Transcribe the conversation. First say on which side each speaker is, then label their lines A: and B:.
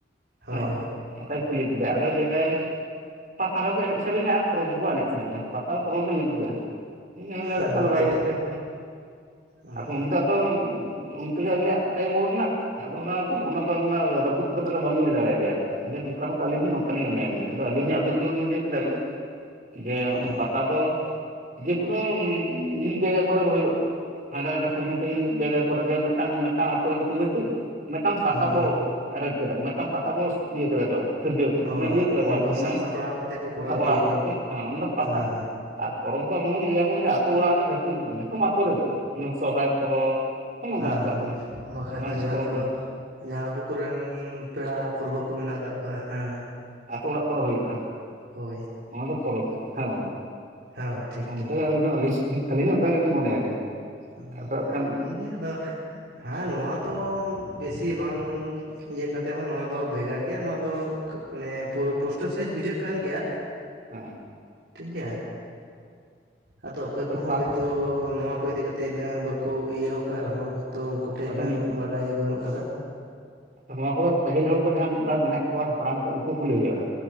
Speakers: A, on the right; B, on the right.
A: ᱦᱳᱭ
B: ᱦᱮᱸ ᱵᱟᱝ᱾
A: ᱦᱳᱭ
B: ᱚᱱᱠᱟᱭ ᱠᱩᱞᱤ ᱠᱮᱫᱮᱭᱟ ᱟᱫᱚᱭ ᱞᱟᱹᱭ ᱫᱟᱭ ᱯᱟᱛᱟ ᱨᱮᱠᱚ ᱮᱱᱮᱡ ᱥᱮᱨᱮᱧᱟ ᱟᱨ ᱯᱚᱨᱚᱵᱽ ᱦᱚᱸᱠᱚ ᱮᱱᱮᱡ ᱥᱮᱨᱮᱧᱟ ᱯᱟᱛᱟ ᱯᱚᱨᱚᱵᱽ ᱫᱚ ᱢᱤᱫ ᱜᱮᱭᱟ᱾ ᱦᱩᱭ ᱫᱟᱲᱮᱭᱟᱜᱼᱟ
A: ᱚ
B: ᱛᱟᱦᱚᱞᱮ
A: ᱟᱪᱪᱷᱟ
B: ᱵᱟᱭ ᱠᱟᱛᱷᱟᱜᱮ
A: ᱚ
B: ᱟᱫᱚ ᱩᱱᱤ ᱫᱚ ᱟᱫᱚ ᱛᱮᱜᱮ ᱤᱧᱟᱹᱜ ᱴᱟᱭᱤᱢ ᱩᱰ ᱮᱱᱟ ᱟᱫᱚ ᱚᱱᱟ ᱚᱱᱟ ᱫᱚ ᱨᱟᱹᱯᱩᱫ ᱠᱟᱛᱮᱫ ᱫᱚ ᱵᱟᱹᱧ ᱞᱟᱹᱭ ᱫᱟᱲᱮᱭᱟᱫᱮᱭᱟ ᱟᱨᱠᱤ᱾ ᱡᱮ ᱱᱚᱝᱠᱟ ᱱᱚᱠᱟ ᱟᱹᱞᱤᱧ ᱫᱚ ᱱᱚᱝᱠᱟᱞᱤᱤᱧ ᱢᱚᱱᱭᱟᱞᱤᱧ ᱟᱫᱚ ᱟᱹᱞᱤᱧ ᱟᱹᱵᱤᱱ ᱜᱮᱵᱚᱱ ᱵᱤᱱ ᱞᱟᱹᱭ ᱠᱮᱫᱟᱵᱤᱱ ᱡᱮ ᱚᱸᱚᱭ
A: ᱚ
B: ᱯᱟᱛᱟ ᱫᱚ ᱡᱮᱠᱳᱱᱳ ᱢᱤᱫ ᱡᱟᱭᱜᱟ ᱠᱚᱨᱮᱜᱮ ᱦᱩᱭᱩᱜᱼᱟ ᱦᱟᱸᱰᱮ ᱱᱟᱰᱮ ᱥᱟᱹᱜᱤᱧ ᱥᱟᱹᱜᱤᱧ ᱢᱤᱫ ᱡᱟᱭᱜᱟ ᱠᱚᱨᱮᱜᱮ ᱢᱤᱫᱴᱟᱝ ᱢᱤᱫᱴᱟᱝ ᱟᱛᱳ ᱨᱮᱱ ᱠᱚᱢᱤᱴᱤ ᱢᱤᱫᱴᱟᱝ ᱯᱟᱛᱟ
A: ᱦᱳᱭ
B: ᱠᱚ ᱮᱨᱮᱧᱡᱽ ᱠᱮᱫᱟ ᱠᱚ ᱢᱤᱫᱴᱟᱝ ᱯᱟᱛᱟ ᱠᱚ ᱤᱭᱟᱹ ᱠᱮᱫᱟ ᱠᱚ ᱥᱤᱨᱡᱟᱹᱣ ᱠᱮᱫᱟ
A: ᱦᱳᱭ
B: ᱢᱟᱱᱮ ᱤᱭᱟᱹ ᱠᱮᱫᱟ ᱠᱚ ᱟᱨᱠᱤ ᱢᱟᱱᱮ
A: ᱥᱟᱵ ᱥᱟᱯᱲᱟᱣ ᱠᱟᱛᱮᱫ ᱠᱚ ᱠᱚᱨᱟᱣ
B: ᱥᱟᱯᱲᱟᱣ
A: ᱦᱚᱪᱚᱭᱮᱫ
B: ᱠᱟᱛᱮ
A: ᱠᱟᱱᱟ
B: ᱠᱚ᱾ ᱦᱮᱸ ᱚᱱᱟ ᱫᱚ ᱯᱟᱛᱟ
A: ᱦᱮᱸ ᱦᱮᱸ
B: ᱟᱨ ᱯᱚᱨᱚᱵᱽ ᱫᱚ ᱟᱵᱚ ᱵᱚᱱ ᱞᱟᱹᱭ ᱟᱵᱚᱱ ᱡᱮ ᱟᱹᱛᱩ ᱚᱲᱟᱜ ᱨᱮ ᱡᱚᱛᱚ ᱡᱚᱛᱚᱢ ᱟᱛᱳ ᱨᱮᱜᱮ ᱥᱚᱨᱦᱟᱭ ᱯᱚᱨᱚᱵᱽ ᱱᱚᱜᱼᱚ ᱱᱚᱝᱠᱟᱱᱟᱜ᱾
A: ᱟᱢ
B: ᱠᱚ ᱟᱨᱠᱤ
A: ᱵᱟᱠᱷᱟ
B: ᱚᱱᱟ
A: ᱫᱚ ᱡᱟᱸᱦᱟᱸ
B: ᱯᱚᱨᱚᱵᱽ
A: ᱫᱚ
B: ᱵᱚᱱ
A: ᱡᱟᱸᱦᱟᱸ ᱟᱵᱚ ᱠᱚᱨᱮᱱ ᱯᱮᱲᱟ ᱯᱚᱨᱵᱷᱟᱹ ᱠᱚ ᱢᱮᱱᱟᱜ ᱟᱠᱟᱜ ᱠᱚᱣᱟ, ᱦᱮᱸ᱾
B: ᱟᱹᱛᱳ ᱚᱲᱟᱜ ᱠᱚᱨᱮ ᱦᱩᱭᱩᱜᱼᱟ᱾
A: ᱦᱳᱭ᱾
B: ᱱᱚᱣᱟ ᱫᱚ ᱯᱚᱨᱚᱵᱽ, ᱦᱮᱸ ᱵᱟᱝ,
A: ᱦᱳᱭ ᱴᱷᱤᱠ
B: ᱚᱱᱠᱟᱜᱮ
A: ᱴᱷᱤᱠ
B: ᱟᱹᱞᱤᱧ ᱦᱚᱸ <unintelligible> ᱟᱹᱞᱤᱧ᱾ ᱟᱹᱞᱤᱧ ᱦᱚᱸ ᱚᱱᱠᱟ ᱜᱮᱞᱤᱧ ᱢᱚᱱᱮᱭᱟᱞᱤᱧ᱾
A: ᱚ
B: ᱟᱫᱚ ᱦᱟᱸᱜ ᱠᱷᱟᱱ
A: ᱴᱷᱤᱠ ᱜᱮᱭᱟ ᱟᱫᱚ᱾ ᱦᱮᱸ ᱱᱚᱣᱟ ᱫᱚ ᱵᱮᱥᱤ ᱵᱟᱝ ᱤᱭᱟᱹ ᱠᱟᱛᱮ ᱦᱚᱸ ᱱᱚᱣᱟ ᱫᱚ ᱵᱷᱮᱜᱟᱨ ᱜᱮᱭᱟ ᱱᱚᱣᱟ ᱫᱚ ᱢᱟᱱᱮ ᱯᱳᱥᱴᱟᱹᱣ ᱥᱟᱭᱤᱡᱽ ᱵᱩᱡᱷᱟᱹᱜ ᱠᱟᱱ ᱜᱮᱭᱟ᱾
B: ᱦ <unintelligible>
A: ᱴᱷᱤᱠ ᱜᱮᱭᱟ, ᱟᱫᱚ ᱚᱠᱚᱭ ᱠᱚᱦᱚᱸ
B: ᱯᱟᱛ
A: ᱦᱚᱭᱛᱳ ᱱᱚᱣᱟ ᱠᱚ ᱤᱫᱤ ᱠᱟᱛᱮ ᱤᱱᱟᱹ ᱵᱟᱠᱚ ᱤᱭᱟᱹᱣ ᱟᱠᱟᱫ ᱨᱮᱦᱚᱸ ᱦᱚᱭᱛᱚ ᱩᱱᱠᱩ ᱴᱷᱮᱱ
B: ᱟᱫᱚ
A: ᱤᱱᱟᱹᱜ ᱵᱟᱰᱟᱭ ᱵᱟᱹᱱᱩᱜ ᱟᱠᱟᱫᱟ᱾
B: ᱱᱚᱣᱟ ᱠᱚᱫᱚ ᱯᱟᱹᱦᱤᱞ ᱦᱚᱲ ᱠᱚ ᱡᱟᱸᱦᱟᱸ ᱢᱤᱫᱵᱟᱨ ᱢᱮᱱᱟᱜ ᱠᱚᱣᱟ ᱦᱟᱯᱲᱟᱢ ᱠᱚ ᱩᱱᱠᱩ ᱠᱩᱞᱤ ᱦᱩᱭᱩᱜᱼᱟ᱾